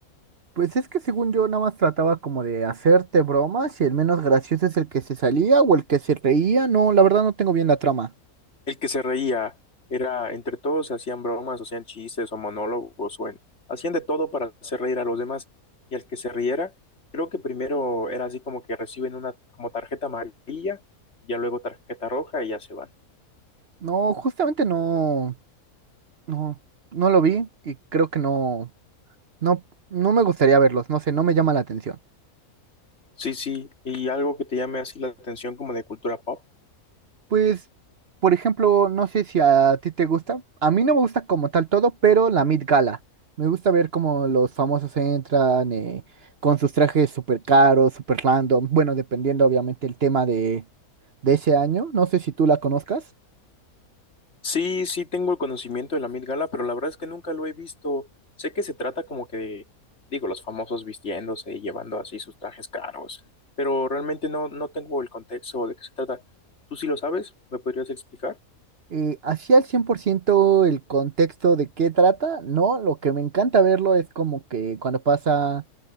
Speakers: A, on the right; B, on the left.
A: Pues es que según yo nada más trataba como de hacerte bromas y el menos gracioso es el que se salía o el que se reía. No, la verdad no tengo bien la trama.
B: El que se reía era, entre todos hacían bromas, o hacían chistes o monólogos, o en- hacían de todo para hacer reír a los demás. Y el que se riera, creo que primero era así como que reciben una como tarjeta amarilla, ya luego tarjeta roja y ya se van.
A: No, justamente no, no, no lo vi y creo que no, no, no me gustaría verlos, no sé, no me llama la atención.
B: Sí, sí, y algo que te llame así la atención como de cultura pop.
A: Pues, por ejemplo, no sé si a ti te gusta. A mí no me gusta como tal todo, pero la Met Gala. Me gusta ver cómo los famosos entran eh, con sus trajes súper caros, súper random. Bueno, dependiendo obviamente el tema de, de ese año. No sé si tú la conozcas.
B: Sí, sí tengo el conocimiento de la Met Gala, pero la verdad es que nunca lo he visto. Sé que se trata como que de, digo, los famosos vistiéndose y llevando así sus trajes caros, pero realmente no, no tengo el contexto de qué se trata. ¿Tú sí lo sabes? ¿Me podrías explicar?
A: Eh, así al 100% el contexto de qué trata, no. Lo que me encanta verlo es como que cuando pasa.